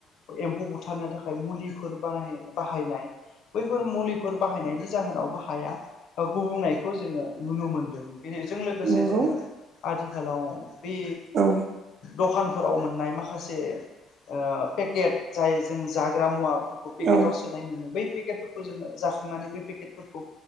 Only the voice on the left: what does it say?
एम्फौ बुथारनो थाखाय मुलिफोर <unintelligible> बाहायनाय, बैफोर मुलिफोर बाहायनायनि जाहोनावबो हाया, गुबुंनायखौ जोङो नुनो मोनदों बेजों लोगोसे
जोङो आथिखालाव, बे
द'खानफोराव मोननाय माखासे, ओ पेकेट जाय जों जाग्रा मुवाफोरखौ, पेकेटाव
सोनाय मोनो बै पेकेटफोरखौ जोङो जाखांनानै बै पेकेटफोरखौ,